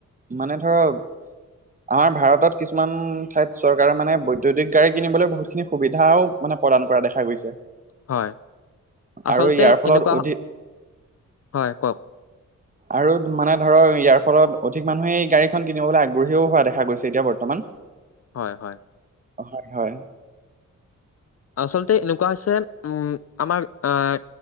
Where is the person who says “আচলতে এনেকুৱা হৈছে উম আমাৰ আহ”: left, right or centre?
Left